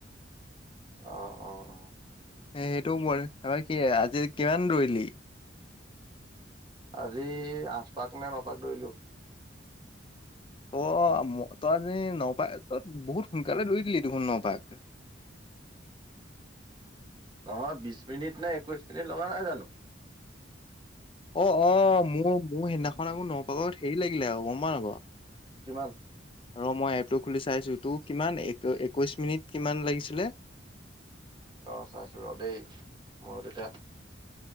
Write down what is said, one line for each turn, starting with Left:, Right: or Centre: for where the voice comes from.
Right: অ', অ, অ,
Left: সেইটো হয়, <unintelligible> আজি কিমান দৌৰিলি?
Right: আজি আঠপাক নে ন পাক দৌৰিলো।
Left: ত তই আজি নপা বহুত সোনকালে দৌৰি দিলি দেখোন নপাক <inaudible>
Right: নহয় বিশ মিনিট নে একৈশ মিনিট লগা নাই জানো
Left: অ অ মোৰ মোৰ সেইদিনাখন আকৌ ন পাকত হেৰি লাগিলে আৰু গম পোৱা নে নোপোৱা
Right: কিমান?
Left: ৰ মই এপটো খুলি চাইছো তোৰ কিমান এক একৈশ মিনিট কিমান লাগিছিলে?
Right: ৰ চাইছো ৰ দেই মোৰো তেতিয়া